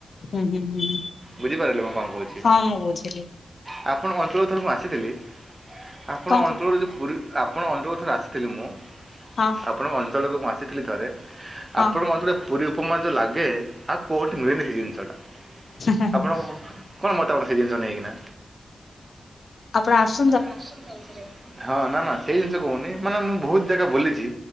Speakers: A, on the left (about 65°); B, on the right (about 30°).
A: ହୁଁ ହୁଁ ହୁଁ ହୁଁ
B: ବୁଝିପାରିଲେ ମୁଁ କଣ କହୁଛି,
A: ହଁ ମୁଁ ବୁଝିଲି
B: ଆ ଆପଣ ଅଞ୍ଚଳକୁ ଥରେ ମୁଁ ଆସିଥିଲି ଆପଣଙ୍କ
A: କଣ କ
B: ଅଞ୍ଚଳରୁ ଯଦି ପୁରୀ ଆପଣ ଅଞ୍ଚଳକୁ ଥରେ ଆସିଥିଲି ମୁଁ
A: ହଁ
B: ଆପଣଙ୍କ ଅଞ୍ଚଳକୁ ମୁଁ ଆସିଥିଲି ଥରେ। ଆପଣଙ୍କ
A: ହଁ
B: ଅଞ୍ଚଳରେ ପୁରୀ ଉପମା ଯୋଉ ଲାଗେ ଆଉ କୋଉଠି ମିଳେନି ସେଇ ଜିନଷ ଟା।
A: ହେଁ ହେଁ
B: ଆପଣଙ୍କ କଣ ମତାମତ ସେ ଜିନଷ ନେଇକିନା।
A: ଆପଣ ଆସ
B: ଆପଣ ଆସନ୍ତୁ ଆଉଥରେ। ହଁ ନା ନା ସେଇ ଜିନଷ କହୁନି ମାନେ ମୁଁ ବହୁତ ଜାଗା ବୁଲିଚି